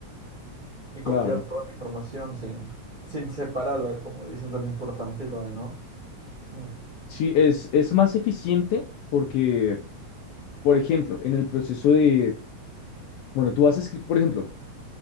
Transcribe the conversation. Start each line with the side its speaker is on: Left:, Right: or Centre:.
Right: y copiar
Left: claro,
Right: toda la información sin, sin separarla, como dices, de lo importante y lo de no. Mm.
Left: sí, es, es más eficiente porque, por ejemplo, en el proceso de, bueno, tú vas a escribir, por ejemplo,